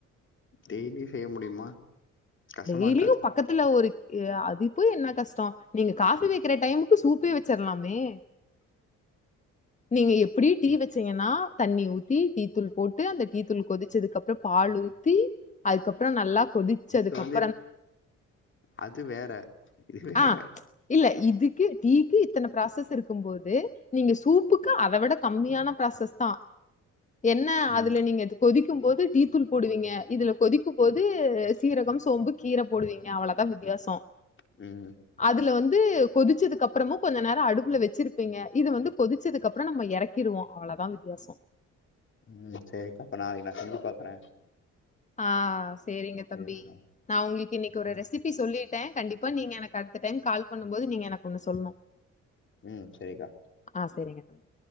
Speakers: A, on the left; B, on the left.
A: டெய்லியு செய்ய முடியுமா கஷ்டமா
B: டெய்லியு
A: இருக்காது
B: பக்கத்துல ஒரு ஆ அது போய் என்ன கஷ்ட நீங்க காஃபி வக்கிற டைமுக் கு சூப்பே வச்சிர்லாமே நீங்க எப்டியு டீ வச்சீங்கன்னா தண்ணி ஊத்தி டீ தூள் போட்டு அந்த டீ தூள் கொதிச்சதுக்கப்புற பால் ஊ த்தி அதுக்கப்புற நல்லா கொதிச்சதுக்கப்
A: து அது வேற இது வேற
B: ஆ இல்ல இதுக்கு டீக்கு இத்தன ப்ராசஸ் இருக் கும் போது நீங்க சூப்புக்கு அத விட கம்மியான ப்ராசஸ் தா என்ன
A: ம்
B: அதுல நீங்க கொதிக்கும் போது டீத்தூள் போடுவீங்க இதுல கொதிக்கும் போது சீரகம் சோம்பு கீர போடுவீங்க அவ்ளதா வித்தியாசம்
A: ம்
B: அதுல வந்து கொதிச்சதுக்கப்புறமு கொஞ்ச நேரம் அடுப்புல வச்சிருப்பீங்க இது வந்து கொதிச்சதுக்குப்புற நம்ம எறக் கிருவோ அவ்ளதா வித்தியாச
A: ம் சேரிக்கா அப்ப நாளைக்கு நா செஞ்சு பாக்கற
B: ஆ சேரிங்க
A: சரிக்கா
B: தம்பி நா உங்களுக்கு இன்னைக்கு ஒரு ரெசிப்பி சொல்லிட்டே கண்டிப்பா இப்ப நீங்க எனக்கு அடுத்த டைம் கால் பண்ணும் போது நீங்க எனக்கு ஒண்ணு சொல்ணு
A: ம் சேரிக்கா
B: ஆ சேரிங்க தம்பி